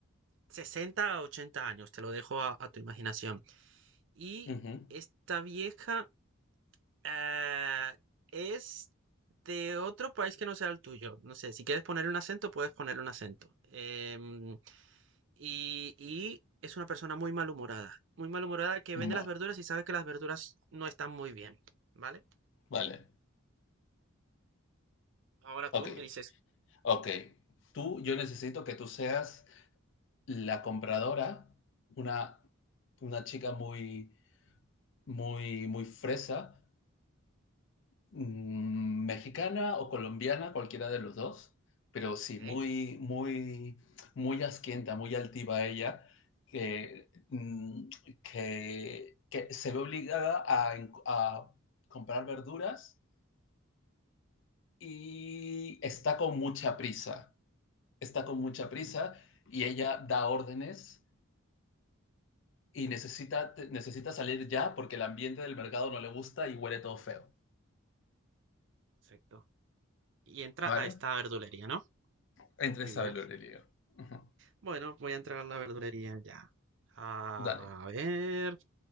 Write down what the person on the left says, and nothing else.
Ujú.
Ma-
Vale.
Ok.
Ok. Tú, yo necesito que tú seas la compradora, una, una chica muy, muy, muy fresa, Mm, Mexicana o colombiana, cualquiera de los dos, pero sí,
muy, muy, muy asquienta, muy altiva ella, que, mm, que, que se ve obligada a, en- a comprar verduras y está con mucha prisa, está con mucha prisa y ella da órdenes y necesita, te- necesita salir ya porque el ambiente del mercado no le gusta y huele todo feo,
¿vale?
Entre
Isabel
y Aurelia. Ujú.
Dale.